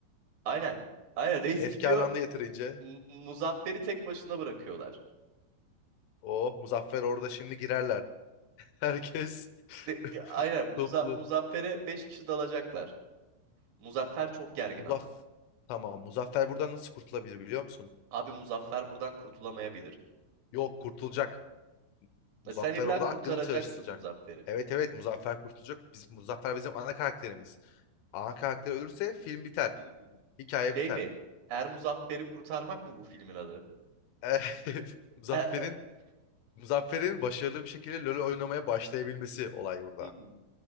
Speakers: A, on the right (about 60°); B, on the left (about 80°).
A: Aynen. Aynen reis
B: Efkarlandı
A: gidiyor.
B: yeterince.
A: Mu- Muzaffer'i tek başına bırakıyorlar.
B: Oh Muzaffer orada şimdi girerler. Herkes
A: De-
B: <laughs>
A: Aynen Muza
B: toplu.
A: Muzaffer'e 5 kişi dalacaklar. Muzaffer çok gergin
B: Muzaff
A: ama.
B: tamam Muzaffer buradan nasıl kurtulabilir biliyor musun?
A: Abi Muzaffer buradan kurtulamayabilir.
B: Yok kurtulacak. Muzaffer
A: E Sen illa
B: orada
A: kurtaracaksın
B: aklını çalıştıracak.
A: Muzaffer'i.
B: Evet evet Muzaffer kurtulacak. Biz, Muzaffer bizim ana karakterimiz. Ana karakter ölürse film biter.
A: Hmm.
B: Hikaye
A: Şey
B: biter.
A: mi? Er Muzaffer'i kurtarmak mı bu filmin adı?
B: <laughs> Muzaffer'in
A: E, e,
B: Muzaffer'in başarılı bir şekilde LoL oynamaya başlayabilmesi olay burada.
A: hmm.